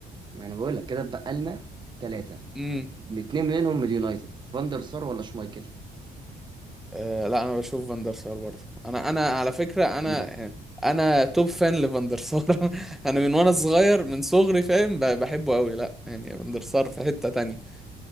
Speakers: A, on the right; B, in the centre.
A: ما انا بقول لك كده اتبقى لنا ثلاثه
B: امم
A: اتنين منهم من اليونايتد فاندر سار ولا شمايكل
B: آه لا انا بشوف فاندر سار برضه انا انا على فكرة انا
A: يبقى
B: يعني، انا توب فان لفاندر سار <laughs> انا من وانا صغير من صغري فاهم ب- بحبه قوي لا يعني فاندر سار في حتة تانية